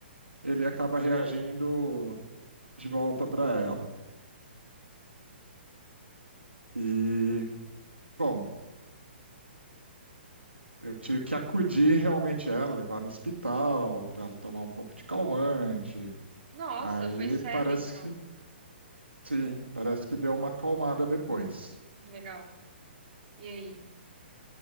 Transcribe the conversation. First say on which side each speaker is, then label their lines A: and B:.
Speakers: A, on the right (about 85°); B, on the right (about 45°).
A: ele acaba reagindo de volta para ela. E, bom, eu tive que acudir realmente ela, levar no hospital, para ela tomar um pouco de calmante.
B: Nossa,
A: Aí
B: foi sério,
A: parece
B: então.
A: que, sim, parece que deu uma acalmada depois.
B: Legal. E aí?